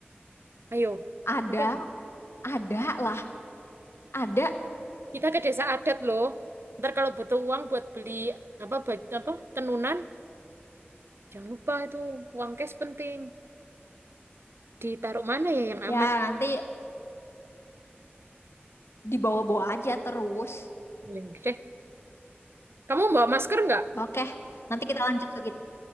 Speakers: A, on the right; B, on the left.
A: Ayo,
B: ada,
A: Gitu.
B: ada lah, ada.
A: kita ke desa adat loh. Ntar kalau butuh uang buat beli apa baj- apa tenunan, jangan lupa itu uang cash penting. Ditaruh mana ya yang
B: Ya,
A: aman?
B: nanti dibawa-bawa aja terus.
A: Ya udah deh. Kamu bawa masker nggak?
B: Oke, nanti kita lanjut lagi.